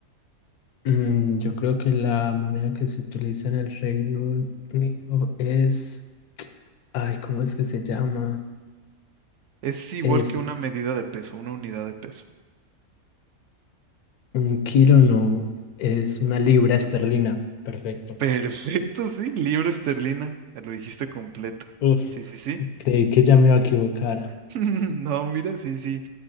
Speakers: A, on the left (about 80°); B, on the right (about 65°).
A: Mm, yo creo que la moneda que se utiliza en el Reino Unido es, ay, ¿cómo es que se llama?
B: Es igual
A: Es
B: que una medida de peso, una unidad de peso.
A: un kilo, no, es una libra esterlina. Perfecto.
B: <laughs> Perfecto, sí, libra esterlina. Lo dijiste completo.
A: Uf,
B: Sí, sí, sí.
A: creí que ya me iba a equivocar.
B: <laughs> No, mira, sí, sí,